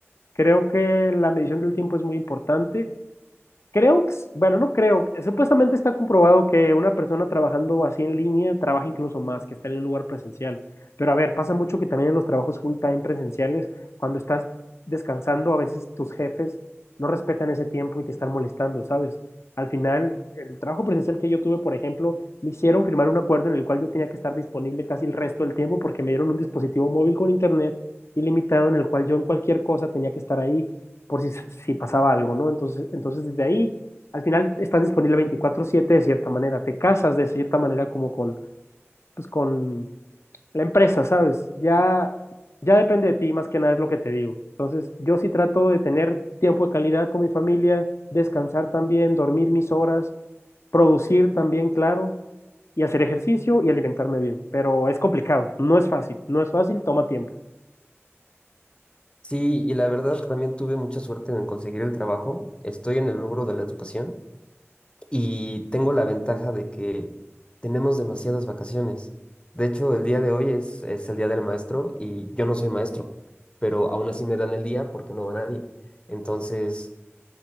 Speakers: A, on the left (about 70°); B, on the left (about 20°).
A: Creo que la medición del tiempo es muy importante. Creo, que- s- bueno, no creo, supuestamente está comprobado que una persona trabajando así en línea trabaja incluso más que estar en un lugar presencial. Pero a ver, pasa mucho que también en los trabajos full time presenciales, cuando estás descansando, a veces tus jefes no respetan ese tiempo y te están molestando, ¿sabes? Al final, el trabajo presencial que yo tuve, por ejemplo, me hicieron firmar un acuerdo en el cual yo tenía que estar disponible casi el resto del tiempo porque me dieron un dispositivo móvil con internet ilimitado en el cual yo en cualquier cosa tenía que estar ahí por si, si pasaba algo, ¿no? Entonces, entonces desde ahí, al final estás disponible veinticuatro siete de cierta manera, te casas de cierta manera como con, pues, con la empresa, ¿sabes? Ya, ya depende de ti, más que nada es lo que te digo. Entonces, yo sí trato de tener tiempo de calidad con mi familia, descansar también, dormir mis horas, producir también, claro, y hacer ejercicio y alimentarme bien. Pero es complicado, no es fácil, no es fácil, toma tiempo.
B: Sí, y la verdad también tuve mucha suerte en conseguir el trabajo. Estoy en el rubro de la educación y tengo la ventaja de que tenemos demasiadas vacaciones. De hecho, el día de hoy es, es el día del maestro y yo no soy maestro, pero aún así me dan el día porque no va nadie. Entonces,